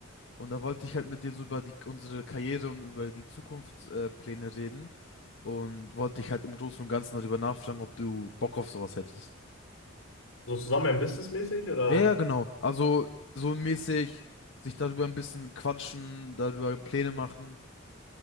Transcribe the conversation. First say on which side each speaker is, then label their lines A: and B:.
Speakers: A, on the left; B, on the left.
A: Und da wollte ich halt mit dir so über die, unsere Karriere und über die Zukunftspläne äh, Pläne reden. Und wollte dich halt im Großen und Ganzen darüber nachfragen, ob du Bock auf sowas hättest.
B: So zusammen businessmäßig oder?
A: Ja, ja, genau. Also so mäßig sich darüber ein bisschen quatschen, darüber Pläne machen.